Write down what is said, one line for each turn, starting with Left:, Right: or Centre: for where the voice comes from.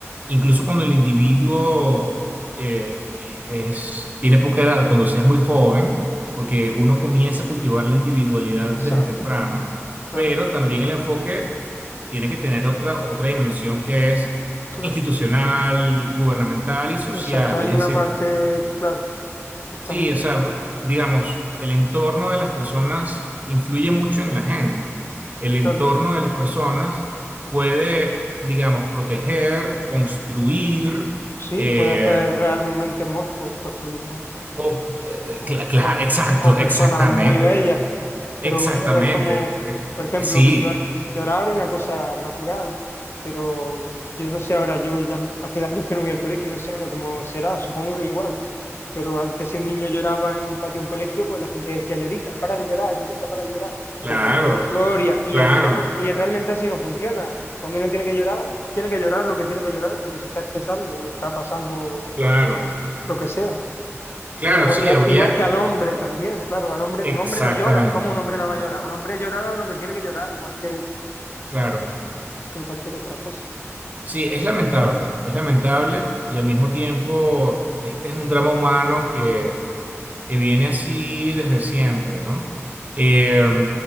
Right: incluso cuando el individuo eh, e, es, tiene poca edad, cuando se es muy joven, porque uno comienza a cultivar la individualidad
Left: Exacto,
Right: desde temprano,
Left: claro,
Right: pero también el enfoque tiene que tener otra, otra dimensión que es
Left: claro.
Right: institucional, gubernamental y social.
Left: Exacto, hay
Right: Es
Left: una
Right: decir,
Left: parte, claro, justamente,
Right: Sí, o sea, digamos, el entorno de las personas influye mucho en la gente. El entorno
Left: claro.
Right: de las personas puede, digamos, proteger, construir,
Left: Sí,
Right: eh,
Left: puede hacer realmente monstruos, construir monstruos.
Right: o, eh,
Left: O,
Right: cla- cla-
Left: o-
Right: exacto,
Left: o personas
Right: exactamente,
Left: muy bellas
Right: exactamente.
Left: Pero claro, es como,
Right: Eh,
Left: por ejemplo,
Right: eh, sí,
Left: llor- llorar es una cosa natural, pero yo no sé ahora, yo ya hace años que no voy al colegio, no sé ahora cómo será, supongo que igual, pero antes si un niño lloraba en un patio de un colegio, pues la gente decía, Llorica, para de llorar, Llorica, para de llorar,
Right: claro,
Left: o cualquier historia, y
Right: claro,
Left: al final, y realmente así no funciona. Cuando uno tiene que llorar, tiene que llorar lo que tiene que llorar porque se está expresando y está pasando
Right: claro,
Left: lo que sea.
Right: claro,
Left: Y Igual
Right: sí,
Left: que, a-
Right: habría,
Left: igual que al hombre también, claro, al hombre,
Right: exactamente,
Left: un hombre no llora. ¿Cómo un hombre no va a llorar? Un hombre llora lo que tiene que llorar, igual que,
Right: claro.
Left: que cualquier otra cosa.
Right: Sí, es
Left: Pero
Right: lamentable,
Left: bueno,
Right: es lamentable y al mismo tiempo este es un drama humano que que viene así desde siempre, ¿no? Eh,
Left: sí,